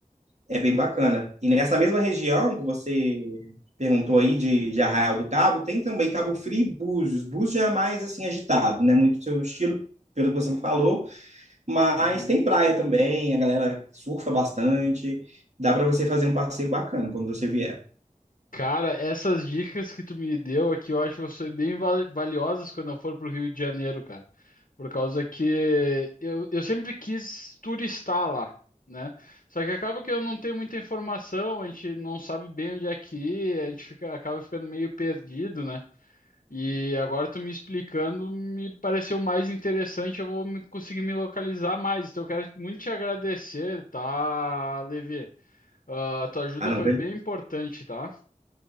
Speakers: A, on the right; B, on the left.
A: É bem bacana. E nessa mesma região que você perguntou aí de, de Arraial do Cabo, tem também Cabo Frio e Búzios. Búzios já é mais assim agitado, né? Muito seu estilo, pelo que você me falou, mas
B: uhum.
A: tem praia também, a galera surfa bastante. Dá para você fazer um passeio bacana quando você vier.
B: Cara, essas dicas que tu me deu aqui, eu acho que vão ser bem val- valiosas quando eu for pro Rio de Janeiro, cara. Por causa que eu, eu sempre quis turistar lá, né? Só que acaba que eu não tenho muita informação, a gente não sabe bem onde é que ir, a gente fica, acaba ficando meio perdido, né? E agora tu me explicando, me pareceu mais interessante, eu vou me- conseguir me localizar mais. Então eu quero muito te agradecer, tá, Levi? Ah, tua ajuda
A: Ah, não,
B: foi bem importante, tá?